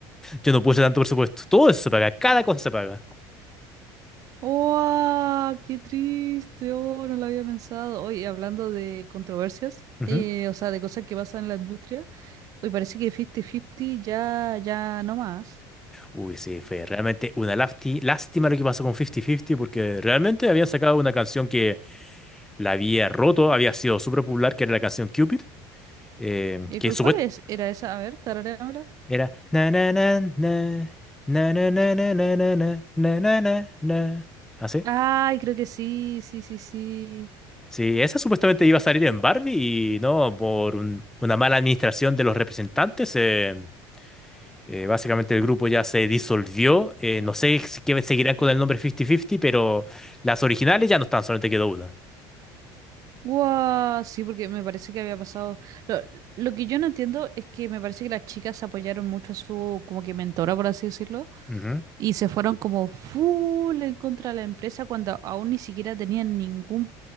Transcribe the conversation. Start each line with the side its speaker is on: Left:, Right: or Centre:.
Centre: yo no puse tanto presupuesto. Todo eso se paga, cada cosa se paga.
Right: ¡Oh! ¡Qué triste! ¡Oh! No lo había pensado. Oye, hablando de controversias,
Centre: Ujú.
Right: eh, o sea, de cosas que pasan en la industria, hoy parece que 50-50 ya, ya no más.
Centre: Uy, sí, fue realmente una lafti- lástima lo que pasó con 50-50 porque realmente había sacado una canción que la había roto, había sido súper popular, que era la canción Cupid. eh,
Right: Eh,
Centre: que
Right: cu-
Centre: supuestamente
Right: ¿Cuál es? ¿Era esa? A ver, tararéamela.
Centre: era na na na na na na na na na na na na na na na. ¿Así?
Right: Ay, creo que sí, sí, sí, sí.
Centre: Sí, Sí, esa supuestamente iba a salir en Barbie y no, por un- una mala administración de los representantes, eh, eh, básicamente el grupo ya se disolvió. Eh, no sé si que seguirán con el nombre 50-50, pero las originales ya no están, solamente quedó una.
Right: Guau, sí, porque me parece que había pasado. Lo, lo que yo no entiendo es que me parece que las chicas apoyaron mucho a su como que mentora, por así decirlo,
Centre: Ujú.
Right: y se fueron como full en contra de la empresa cuando aún ni siquiera tenían ningún